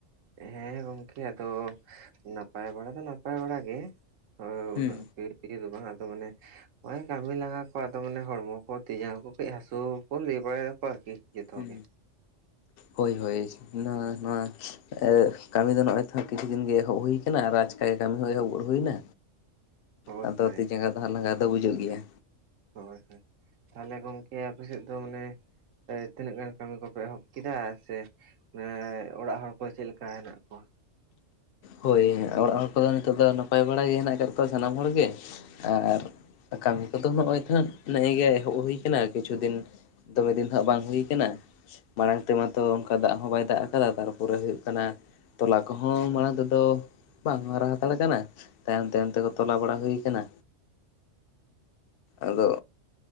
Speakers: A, on the right; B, on the left.
A: ᱦᱮᱸ ᱜᱚᱝᱠᱮ ᱟᱫᱚ ᱱᱟᱯᱟᱭ ᱵᱟᱲᱟ ᱫᱚ ᱱᱟᱯᱟᱭ ᱵᱟᱲ ᱜᱮ᱾ ᱦᱚᱭ
B: ᱦᱩᱸ
A: ᱩᱱᱟᱹᱜ ᱤᱭᱟᱹ ᱫᱚ ᱵᱟᱝᱟ ᱟᱫᱚ ᱢᱟᱱᱮ ᱦᱳᱭ ᱠᱟᱹᱢᱤ ᱞᱟᱸᱜᱟ ᱠᱚ ᱟᱫᱚ ᱢᱟᱱᱮ ᱦᱚᱲᱢᱚ ᱠᱚ ᱛᱤᱡᱟᱸᱜᱟ ᱠᱚ ᱠᱟᱹᱡ ᱦᱟᱹᱥᱩ ᱠᱚ ᱞᱟᱹᱭ ᱵᱟᱲᱟᱭ ᱫᱟᱠᱚᱣᱟ ᱟᱨᱠᱤ᱾ ᱡᱚᱛᱚ
B: ᱦᱮ
A: ᱜᱮ
B: ᱦᱳᱭ ᱦᱳᱭ ᱱᱚᱣᱟ ᱱᱚᱣᱟ ᱮ ᱠᱟᱹᱢᱤ ᱫᱚ ᱱᱚᱜᱼᱚᱭ ᱛᱚᱦᱟᱸᱜ ᱠᱤᱪᱷᱩ ᱫᱤᱱ ᱜᱮ ᱮᱦᱚᱵ ᱦᱩᱭ ᱟᱠᱟᱱᱟ, ᱟᱨ ᱟᱪᱠᱟ ᱜᱮ ᱠᱟᱹᱢᱤ ᱦᱚᱸ ᱮᱦᱚᱵ ᱜᱚᱫ ᱦᱩᱭᱱᱟ᱾
A: ᱦᱳᱭ
B: ᱟᱫᱚ
A: ᱦᱳᱭ
B: ᱛᱤ ᱡᱟᱸᱜᱟ ᱫᱚ ᱦᱟᱸᱜ ᱞᱟᱸᱜᱟ ᱫᱚ ᱵᱩᱡᱩᱜ ᱜᱮᱭᱟ᱾
A: ᱦᱳᱭ ᱦᱳᱭ ᱛᱟᱦᱞᱮ ᱜᱚᱢᱠᱮ ᱟᱯᱮᱥᱮᱫ ᱫᱚ ᱢᱟᱱᱮ ᱮᱸ ᱛᱤᱱᱟᱹᱜ ᱜᱟᱱ ᱠᱟᱹᱢᱤ ᱠᱚᱯᱮ ᱮᱦᱚᱵ ᱠᱮᱫᱟ ᱥᱮ᱾ ᱮ ᱚᱲᱟᱜ ᱦᱚᱲ ᱪᱮᱫ ᱞᱮᱠᱟ ᱦᱮᱱᱟᱜ ᱠᱚᱣᱟ?
B: ᱦᱳᱭ ᱚᱲᱟᱜ ᱦᱚᱲ ᱠᱚᱫᱚ ᱱᱤᱛᱚᱜ ᱫᱚ ᱱᱟᱯᱟᱭ ᱵᱟᱲᱟ ᱜᱮ ᱦᱮᱱᱟᱜ ᱟᱠᱟᱫ ᱠᱚᱣᱟ ᱥᱟᱱᱟᱢ ᱦᱚᱲᱜᱮ ᱟᱨ᱾ ᱠᱟᱹᱢᱤ ᱠᱚᱫᱚ ᱱᱚᱜᱼ ᱚᱭ ᱛᱚ ᱦᱟᱜ ᱱᱮᱜᱼ ᱮ ᱜᱮ ᱮᱦᱚᱵ ᱦᱩᱭ ᱟᱠᱟᱱᱟ ᱠᱤᱪᱷᱩ ᱫᱤᱱ᱾ ᱫᱚᱢᱮ ᱫᱤᱱ ᱦᱟᱜ ᱵᱟᱝ ᱦᱩᱭ ᱠᱟᱱᱟ᱾ ᱢᱟᱲᱟᱝ ᱛᱮᱢᱟᱛᱚ ᱚᱱᱠᱟ ᱫᱟᱜ ᱦᱚᱸ ᱵᱟᱭ ᱫᱟᱜ ᱟᱠᱟᱫᱟ ᱛᱟᱨᱯᱚᱨᱮ ᱦᱩᱭᱩᱜ ᱠᱟᱱᱟ ᱛᱚᱞᱟ ᱠᱚᱦᱚᱸ ᱢᱟᱲᱟᱝ ᱫᱚ ᱛᱚ ᱵᱟᱝ ᱦᱟᱨᱟ ᱦᱟᱛᱟᱲ ᱠᱟᱱᱟ, ᱛᱟᱭᱚᱢ ᱛᱟᱭᱚᱢ ᱛᱮᱜᱮ ᱛᱚᱞᱟ ᱵᱟᱲᱟ ᱦᱩᱭ ᱟᱠᱟᱱᱟ᱾ ᱟᱫᱚ